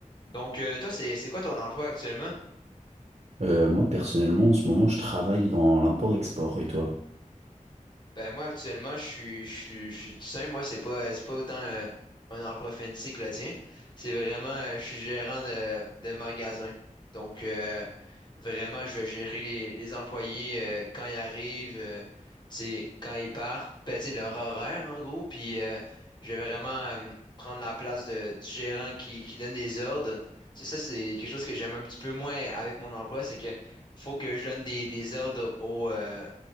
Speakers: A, on the left; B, on the right.
A: Donc, euh, toi, c'est c'est quoi ton emploi actuellement?
B: Euh, moi, personnellement, en ce moment, je travaille dans l'import-export. Et toi,
A: Ben, moi, actuellement, je suis, je suis, je suis tout simple. Moi, c'est pas, euh, c'est pas autant euh, un emploi fancy que le tien. C'est vraiment, euh, je suis gérant de, de magasin. Donc, euh, Vraiment, je vais gérer les, les employés euh, quand ils arrivent, euh, tu sais, quand ils partent, ben, tu sais, leur horaire en gros, puis euh, je vais vraiment euh, prendre la place de, du gérant qui, qui donne des ordres. Tu sais, ça, c'est quelque chose que j'aime un petit peu moins avec mon emploi, c'est que faut que je donne des, des ordres au... euh,